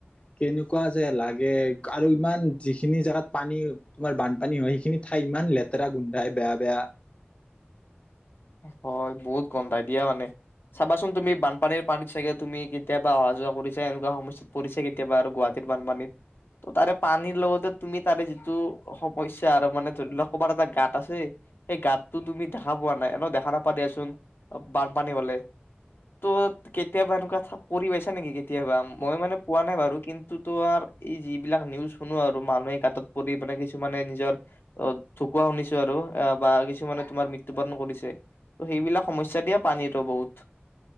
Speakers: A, on the left; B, on the left.
A: কেনেকুৱা যে লাগ। লাগে আৰু ইমান যিখিনি জোগাত পানী তোমাৰ বানপানী হয় সেইখিনি ঠাই ইমান লেতেৰা গোন্ধাই বেয়া বেয়া।
B: হয় বহুত গন্ধাই দিয়া মানে চাবাচোন তুমি বানপানীৰ পানীত চাগে তুমি কেতিয়াবা অহা যোৱা কৰিছা এনেকুৱা সমস্যা পৰিছে কেতিয়াবা আৰু গুৱাহাটীৰ বানপানীত ত তাৰে পানীৰ লগতে তুমি তাৰে যিটো সমস্যা আৰু মানে ধৰি লোৱা কবাত এটা গাঁত আছে সেই গাঁততটো তুমি দেখা পোৱা নাই। দেখা নাপাও দিয়াচোন বানপানী হলে ত' কেতিয়াবা এনেকুৱা পৰি পাইছা নেকি কেতিয়াবা মই মানে পোৱা নাই বাৰু কিন্তু তোমাৰ এই যিবিলাক নিউজ শুনো আৰু মানুহে সমস্যা পৰি মানে কিছুমানে নিজৰ অ ঢুকুৱা শুনিছো আৰু বা কিছুমানে তোমাৰ মৃত্যু বৰণ কৰিছে। সেইবিলাক সমস্যা দিয়া পানীতো বহুত।